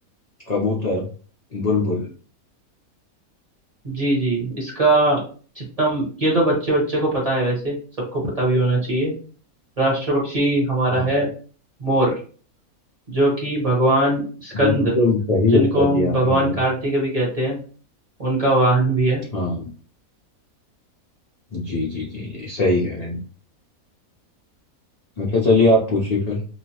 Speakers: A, on the left; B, on the right.
A: कबूतर बुलबुल
B: जी जी इसका जितना ये तो बच्चे बच्चे को पता है वैसे सबको पता भी होना चाहिए राष्ट्र पक्षी हमारा
A: हाँ
B: है मोर जो कि भगवान स्कंद
A: बिल्कुल सही
B: जिनको
A: उत्तर
B: हम
A: दिया
B: भगवान
A: आपने भाई
B: कार्तिक भी कहते हैं उनका वाहन भी है
A: हाँ जी जी जी जी सही कह रहे हैं अच्छा चलिए आप पूछिए फिर